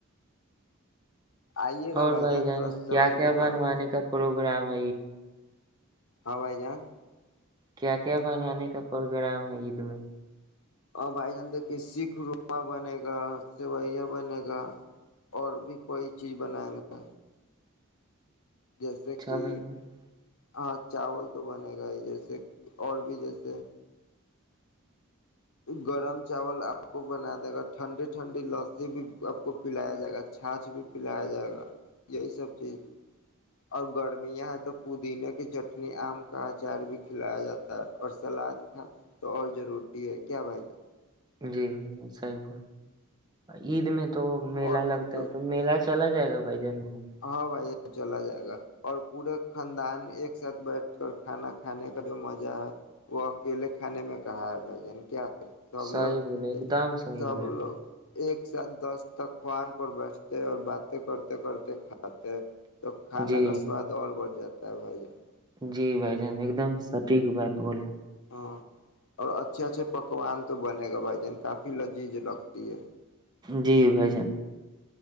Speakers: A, on the left; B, on the right.
A: آئیے گا
B: اور بھائی جان
A: تھوڑا سمے
B: کیا کیا
A: نکال
B: بنوانے
A: کر
B: کا پروگرام <inaudible>
A: ہاں وائی جان <unintelligible>
B: کیا کیا بنانے کا پروگرام ہے عید میں
A: اور بھائی جان دے کے سکھ روما بنے گا سویا بنے گا اور بھی کوئی چیز بنیں گا جیسے
B: اچھا
A: کہ
B: بھائی جان
A: ہاں چاول تو بنے گا ہی جیسے اور بھی جیسے گرم چاول آپ کو بنا دے گا ٹھنڈی ٹھنڈی لسی بھی آپ کو پلایا جائے گا چھاچ بھی پلایا جائے گا یہی سب چیز اور گرمیاں ہے تو پودینے کی چٹنی آم کا اچار بھی کھلایا جاتا ہے اور سلاد کھا تو اور ضروری ہے کیا بھائی کا
B: جی صحیح عید میں تو میلہ
A: اور
B: لگتا
A: مطلب
B: ہے تو میلا چلا جائے گ بھائی جان گھومنے
A: ہاں بھائی ج چلا جائے گا اور پورے خاندان ایک ساتھ بیٹھ کر کھانا کھانے کا جو مزہ ہے وہ اکیلے کھانے میں کہا ہے بھائی جان کیا سب
B: صحیح
A: لوگ
B: بولے ایک دم صحیح
A: سب
B: بولے
A: لوگ ایک ساتھ دس تک خوان پر بیٹھتے اور باتیں کرتے کرتے کھاتاتے <unintelligible> تو کھانا
B: جی
A: کا سواد اور بڑھ جاتا تب ہوا جائے <unintelligible>
B: جی بھائی جان ایک دم سٹیک بات بولے
A: ہاں اور اچھے اچھے پکوان تو بنے گا بھائی جین کافی لذیذ لگتی ہے
B: جی بھائی جان